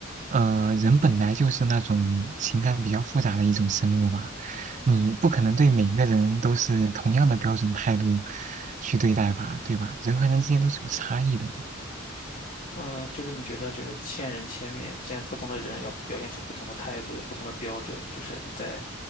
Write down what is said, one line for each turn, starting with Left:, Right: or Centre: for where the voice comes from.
Right: 呃，人本来就是那种情感比较复杂的一种生物吧，你不可能对每个人都是同样的标准态度去对待吧，对吧？人和人之间都是有差异的。
Left: 嗯，就是你觉得就是千人千面，见不同的人要表现出不同的态度，有不同的标准，就是你在